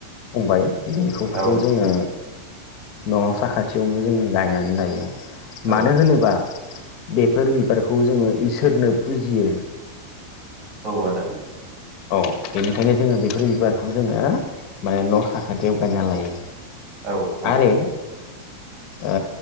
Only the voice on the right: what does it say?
औ
औ
औ आदा।
औ औ।